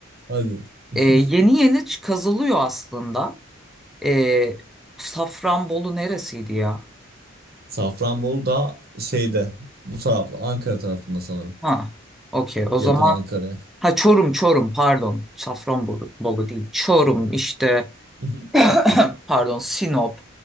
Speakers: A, on the right; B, in the centre.
A: Hadi. <laughs>
B: Ee, yeni yeni ç- kazılıyor aslında. Ee, Safranbolu neresiydi ya?
A: Safranbolu da şeyde bu taraflı Ankara tarafında sanırım.
B: Ha, okey o
A: Yakın
B: zaman.
A: Ankara'ya.
B: Ha Çorum Çorum pardon. Safranbolu Bolu değil. Çorum işte
A: <laughs>
B: <clears throat> pardon Sinop.